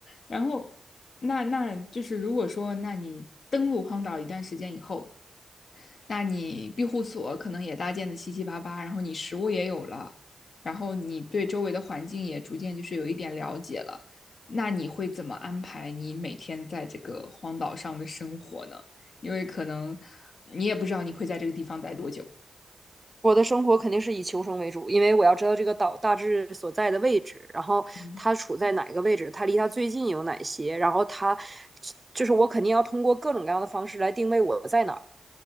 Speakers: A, on the left; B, on the right.
A: 然后，那那就是如果说，那你登陆荒岛一段时间以后，那你庇护所可能也搭建的七七八八，然后你食物也有了，然后你对周围的环境也逐渐就是有一点了解了，那你会怎么安排你每天在这个荒岛上的生活呢？因为可能你也不知道你会在这个地方待多久。
B: 我的生活肯定是以求生为主，因为我要知道这个岛大致所在的位置，然后它处在哪个位置，
A: 嗯
B: 它离它最近有哪些，然后它就是我肯定要通过各种各样的方式来定位我在哪儿。